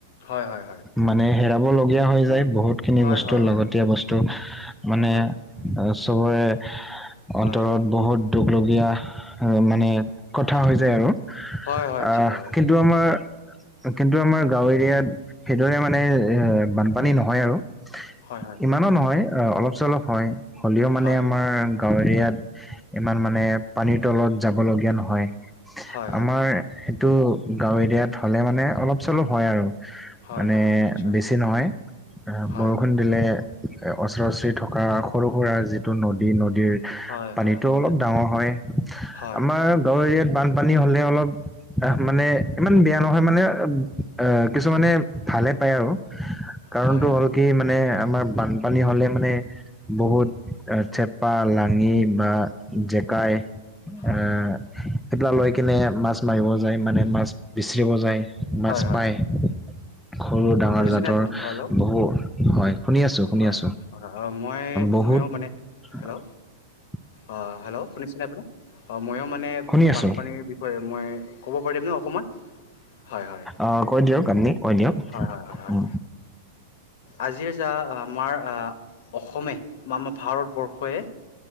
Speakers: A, on the left; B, in the centre.
A: হয় হয় হয়
B: মানে, হেৰাব লগীয়া হৈ যায়। বহুতখিনি
A: হয়
B: বস্তু
A: হয় হয়
B: লাগতীয়া বস্তু মানে
A: হয়
B: চবৰে
A: হয়
B: ভিতৰত বহুত দুখলগীয়া মানে কথা হৈ যায় আৰু
A: হয় হয়
B: আ'হ
A: ঠিক হয় হয়
B: কিন্তু আমাৰ কিন্তু আমাৰ গাঁও এৰিয়াত সেইদৰে মানে এ! বানপানী নহয় আৰু
A: হয় হয়
B: ইমানো নহয় অলপ চলপ হয় হ'লেও মানে
A: হয়
B: আমাৰ গাঁৱ এৰিয়াত ইমান মানে পানীৰ তলত যাব লগীয়া নহয়।
A: হয় হয়
B: আমাৰ সেইটো গাঁও এৰিয়াত হ'লে মানে অলপ চলপ হয় আৰু
A: হয়,
B: মানে
A: হয়, হয়। নিশ্চয়
B: বেছি নহয়
A: হয়
B: বৰষুণ দিলে। অচৰা, আচৰি থকা সৰু, সুৰা যিটো নদী- নদী
A: হয়
B: পানী
A: হয় হয়
B: অলপ ডাঙৰ হয়
A: হয়
B: আমাৰ
A: হয় হয়
B: গাঁও এৰিয়াত পানী হ'লে অলপ। আ'হ মানে ইমান বেয়া নহয় মানে আহ কিছুমানে ভালে। আৰু কাৰণটো
A: হয় হয়
B: হ'ল কি মানে? আমাৰ বানপানী হ'লে মানে বহুত থেপা লাঙি বা জেকাই
A: হয়
B: আ'হ সেইবিলাক লৈ কিনে মাছ মাৰিব যায় মানে মাছ বিচৰিব যায়। মাছ
A: হয় হয়
B: পায়,
A: হয়
B: সৰু, ডাঙৰ
A: শুনিছেনে
B: জাতৰ
A: আপুনি হেল্ল'
B: বহু হয়। শুনি আছোঁ, শুনি
A: হয়
B: আছোঁ
A: মই
B: বহুত
A: ময়ো মানে হেল্ল' অ', হেল্ল' শুনিছেনে আপুনি? অ' ময়ো মানে
B: শুনি আছো
A: বানপানীৰ বিষয়ে মই ক'ব পাৰিম ন অকণমান? হয়, হয়,
B: অ', কৈ দিয়ক আপুনি? কৈ দিয়ক
A: হয়, হয়, হয়, হয়।
B: উম,
A: আজি যাৰ আমাৰ অসমে ভাৰতবৰ্ষই